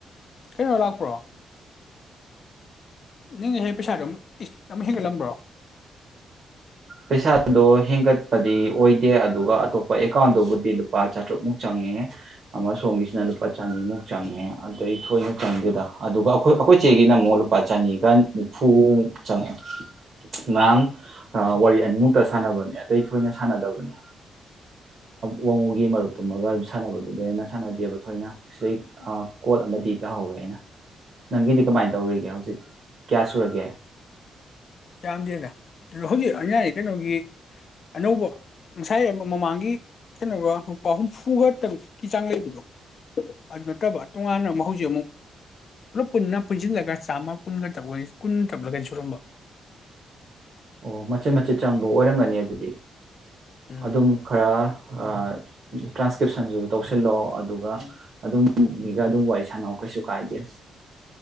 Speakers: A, on the left; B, on the right.
A: ꯀꯩꯅ ꯂꯥꯛꯄ꯭ꯔꯣ ꯅꯪꯁꯦ ꯄꯩꯁꯥꯗꯨꯣ ꯑꯃꯨꯛ ꯍꯦꯟꯒꯠꯂꯝꯕ꯭ꯔꯣ
B: ꯄꯩꯁꯥꯗꯣ ꯍꯦꯟꯒꯠꯄꯗꯤ ꯑꯣꯏ ꯦ ꯑꯗꯨꯒ ꯑꯇꯣꯞꯄ ꯑꯦꯀꯥꯎꯟꯗꯨꯕꯨꯗꯤ ꯂꯨꯄꯥ ꯆꯥꯇ꯭ꯔꯨꯛꯃꯨꯛ ꯆꯪꯉꯦ ꯑꯃ ꯁꯣꯝꯒꯤꯁꯤꯅ ꯂꯨꯄꯥ ꯆꯅꯤꯃꯨꯛ ꯆꯪꯉꯦ ꯑꯗꯩ ꯊꯣꯏꯅ ꯆꯪꯗꯦꯗ ꯑꯗꯨꯒ ꯑꯩꯈꯣꯏ ꯑꯩꯈꯣꯏ ꯆꯦꯒꯤꯅ ꯑꯃꯨꯛ ꯂꯨꯄꯥ ꯆꯅꯤꯒ ꯅꯤꯐꯨꯃꯨꯛ ꯆꯪꯉꯑꯦ ꯉꯔꯥꯡ ꯋꯥꯔꯤ ꯑꯅꯤꯃꯨꯛꯇ ꯁꯥꯟꯅꯕꯅꯦ ꯑꯇꯩ ꯊꯣꯏꯅ ꯁꯥꯟꯅꯗꯕꯅꯦ ꯋꯥꯡꯉꯨꯒꯤ ꯃꯔꯨꯞ ꯇꯨꯝꯃꯒ ꯁꯥꯟꯅꯕꯗꯨꯗꯟꯅ ꯁꯥꯟꯅꯗꯦꯕ ꯊꯣꯏꯅ ꯁꯤꯗꯩ ꯀꯣꯜ ꯑꯃꯗꯤ ꯇꯥꯍꯧꯋꯦ ꯑꯩꯅ ꯅꯪꯒꯤꯗꯤ ꯀꯃꯥꯏꯅ ꯇꯧꯔꯤꯒꯦ ꯍꯧꯖꯤꯛ ꯀꯌꯥ ꯁꯨꯔꯒꯦ
A: ꯌꯥꯝꯗꯦꯗ ꯑꯗꯨꯣ ꯍꯧꯖꯤꯛ ꯑꯅꯤꯌꯥ ꯀꯩꯅꯣꯒꯤ ꯑꯅꯧꯕ ꯉꯁꯥꯏ ꯑꯃ ꯃꯃꯥꯡꯒꯤ ꯀꯩꯅꯣꯒ ꯂꯨꯄꯥ ꯍꯨꯝꯐꯨꯒ ꯇꯔꯨꯛꯀꯤ ꯆꯥꯡ ꯂꯩꯕꯗꯣ ꯑꯗꯨ ꯅꯠꯇꯕ ꯇꯣꯉꯥꯟꯅ ꯑꯃꯨꯛ ꯍꯧꯖꯤꯛ ꯑꯃꯨꯛ ꯄꯨꯂꯞ ꯄꯨꯟꯅ ꯄꯨꯟꯁꯤꯜꯂꯒ ꯆꯥꯝꯃ ꯀꯨꯟꯒ ꯇꯧ ꯀꯨꯟ ꯇꯧꯂꯒ ꯁꯨꯔꯝꯕ
B: ꯑꯣ ꯃꯆꯦꯠ ꯃꯆꯦꯠ ꯆꯪꯕ ꯑꯣꯏꯔꯝꯒꯅꯤ ꯑꯗꯨꯗꯤ
A: ꯎꯝ
B: ꯑꯗꯨꯝ ꯈꯔ ꯑ ꯇ꯭ꯔꯥꯟꯁ ꯏꯁꯀꯔꯤꯞꯁꯟꯁꯨ ꯇꯧꯁꯤꯜꯛꯑꯣ ꯑꯗꯨꯒ ꯑꯗꯨꯒ ꯑꯗꯨꯝ ꯃꯤꯒ ꯑꯗꯨꯝ ꯋꯥꯔꯤ ꯁꯥꯟꯅꯕꯅꯕ ꯀꯩꯁꯨ ꯀꯥꯏꯗꯦ